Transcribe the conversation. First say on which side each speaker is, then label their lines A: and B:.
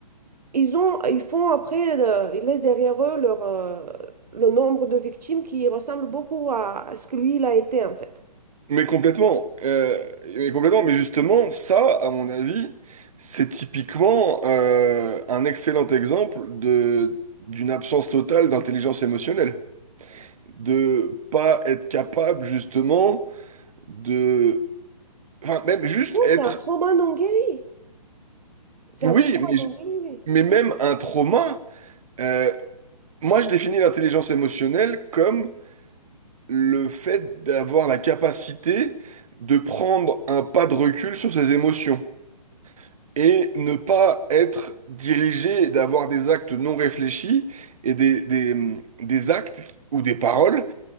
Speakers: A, on the right; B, on the right.
A: ils ont, ils font après, euh, ils laissent derrière eux leur, euh, le nombre de victimes qui ressemble beaucoup à, à ce que lui, il a été, en fait.
B: Mais complètement, euh, mais complètement, mais justement, ça, à mon avis, c'est typiquement euh, un excellent exemple de d'une absence totale d'intelligence émotionnelle, de pas être capable justement de, enfin même juste
A: Non,
B: être,
A: c'est un trauma non guéri. C'est
B: oui,
A: un trauma
B: mais
A: non
B: j-
A: guéri, oui.
B: mais même un trauma. euh, moi, je définis l'intelligence émotionnelle comme le fait d'avoir la capacité de prendre un pas de recul sur ses émotions. et ne pas être dirigé et d'avoir des actes non réfléchis et des, des, des actes ou des paroles